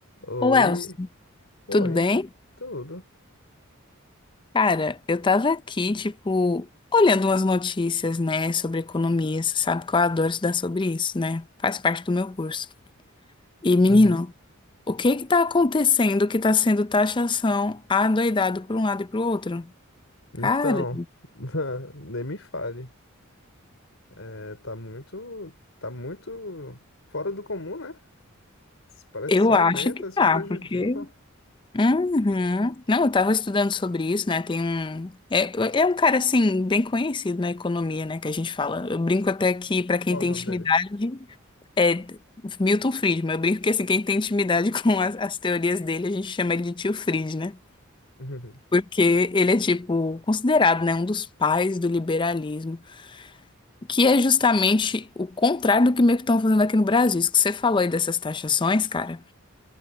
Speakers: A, on the left; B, on the left.
A: Oi,
B: Ô, Elson,
A: oi,
B: tudo bem?
A: tudo.
B: Cara, eu tava aqui, tipo, olhando umas notícias, né, sobre economia. Você sabe que eu adoro estudar sobre isso, né? Faz parte do meu curso. E, menino,
A: Uhum.
B: o que que tá acontecendo que tá sendo taxação adoidado por um lado e pro outro?
A: Então,
B: Cara,
A: <laughs> nem me fale. É, tá muito, tá muito fora do comum, né? Parece
B: eu
A: que só aumenta,
B: acho que tá,
A: só prejudica.
B: porque. Uhum. Não, eu tava estudando sobre isso, né? Tem um. É, é um cara, assim, bem conhecido na economia, né, que a gente fala. Eu brinco até que, pra quem
A: Qual
B: tem
A: é o nome
B: intimidade.
A: dele?
B: É Milton Friedman. Eu brinco que assim, quem tem intimidade <laughs> com as, as teorias dele, a gente chama ele de tio Fried, né?
A: Uhum.
B: Porque ele é, tipo, considerado, né, um dos pais do liberalismo, que é justamente o contrário do que meio que estão fazendo aqui no Brasil. Isso que você falou aí dessas taxações, cara,